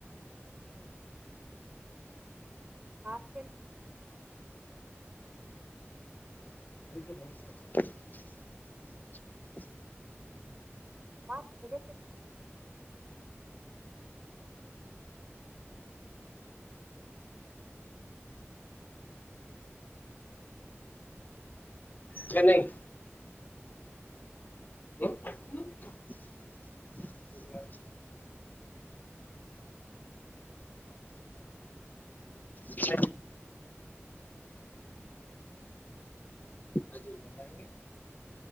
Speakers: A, on the right (about 20°); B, on the left (about 40°).
A: ہسٹریل
B: بک
A: بات میرے سے ہی
B: کیا نہیں <unintelligible> چ ا جی بتائیں گے